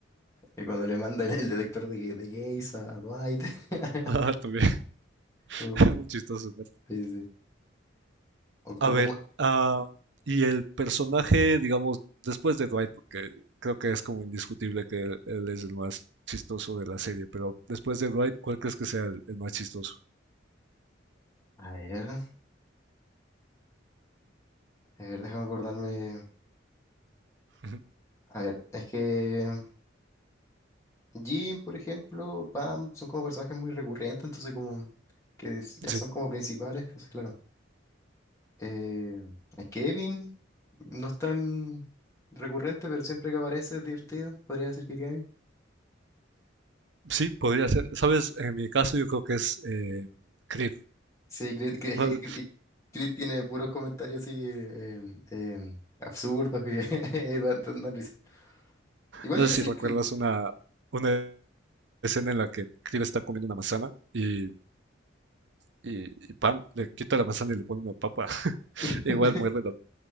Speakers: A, on the left; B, on the right.
A: Eh, cuando le manda el, el detector de, ge- de gays a, a Dwight.
B: <laughs>
A: <laughs>
B: Ah, también,
A: Uh,
B: <laughs> un chistoso. pero-
A: Sí, sí. sí. O,
B: A
A: o
B: ver,
A: como...
B: ah, y el personaje, digamos, después de Dwight, porque creo que es como indiscutible que él él es el más chistoso de la serie, pero después de Dwight, ¿cuál crees que sea el, el más chistoso?
A: A ver, a ver, déjame acordarme.
B: Ujú,
A: A ver, es que Jim, por ejemplo, Pam, son como personajes muy recurrentes, entonces como que es- ya
B: Sí,
A: son como principales. Entonces, claro. Eh, a Kevin no es tan recurrente, pero siempre que aparece es divertido. Podría decir que Kevin.
B: sí, podría ser. Sabes, en mi caso yo creo que es eh, Creed.
A: Sí, Chris, Chris-
B: No,
A: Chris- Chris tiene puros comentarios así eh, eh, absurdos y <laughs> dan, dan- dan risa. Igual
B: no
A: iba
B: sé
A: a decir
B: si recuerdas
A: Chris.
B: una, una escena en la que Creed está comiendo una manzana y y, y pam, le quita la manzana y le pone una papa. <laughs>
A: <laughs>
B: Igual muerde la